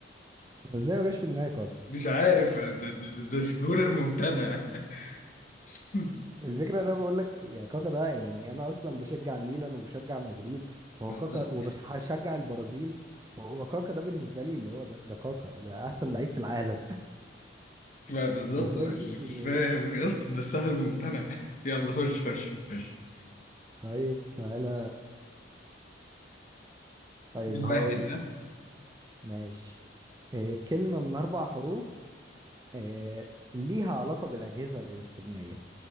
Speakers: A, on the right (about 20°); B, on the left (about 40°).
A: أنا ازاي ما جاش في دماغي كاكا
B: مش عارف ده, ده, ده, ده سهول الممتنع <laughs>
A: الفكرة انا بقول لك يا كاكا ده يعني انا اصلا بشجع ميلان وبشجع مدريد فهو
B: بالظبط
A: كاكا وبشجع البرازيل فهو كاكا ده بالنسبة لي اللي هو ده, ده كاكا ده احسن لعيب في العالم
B: ما
A: <laughs>
B: بالظبط
A: ازاي
B: مش
A: ما جتش
B: مش
A: في دماغي
B: فاهم يا اسطى ده سهل ممتنع <laughs> يلا خش خش خش
A: طيب تعالى طيب
B: اتنين
A: هقول
B: واحد
A: لك
B: ها
A: ماشي آه، كلمة من اربع حروف آه، ليها علاقة بالاجهزة الالكترونية